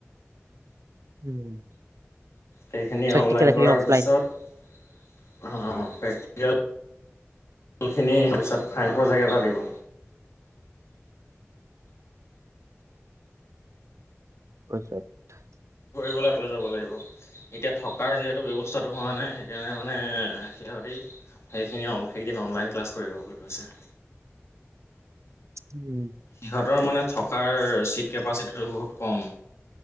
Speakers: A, on the right (about 85°); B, on the left (about 65°).
A: উম
B: সেইখিনি
A: প্ৰেক্টিকেল
B: অনলাইন
A: খিনি
B: কৰাৰ
A: অফলাইন
B: পিছত প্ৰেক্টিকেলখিনি পিছত ফায়স প্ৰজেক্ট এটা দিব।
A: আচছা <unintelligible>
B: কৰিবলৈ যাব লাগিব এতিয়া থকাৰ যিহেতু ব্যৱস্থাটো হোৱা নাই সেইকাৰণে মানে সিহঁতি সেইখিনি সেইদিন অনলাইন ক্লাছ কৰিব বুলি কৈছে।
A: উম
B: সিহঁতৰ মানে থকাৰ ছিট কেপাচিটিটো বহুত কম